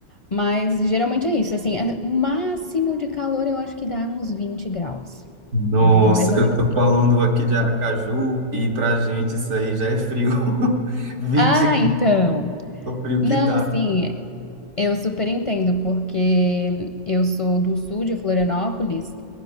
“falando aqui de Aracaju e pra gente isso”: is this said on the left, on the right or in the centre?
Right